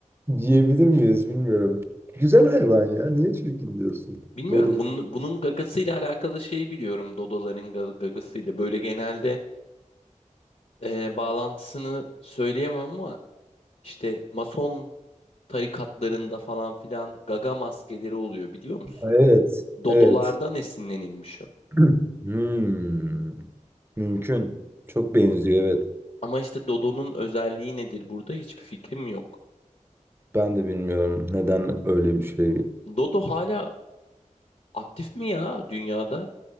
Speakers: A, on the right; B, on the left.
A: Diyebilir miyiz bilmiyorum. Güzel hayvan ya. Niye çirkin diyorsun?
B: Bilmiyorum
A: Dodok.
B: bunun, bunun gagasıyla alakalı şey biliyorum. Dodoların ga- gagasıyla. Böyle genelde e, bağlantısını söyleyemem ama işte mason tarikatlarında falan filan gaga maskeleri oluyor biliyor musun?
A: Ha, Evet.
B: Dodolardan
A: Evet.
B: esinlenilmiş o.
A: <clears throat> Hmm. Mümkün. Çok benziyor evet.
B: Ama işte Dodo'nun özelliği nedir burada hiçbir fikrim yok.
A: Ben de bilmiyorum neden öyle bir şey.
B: Dodo hala aktif mi ya dünyada?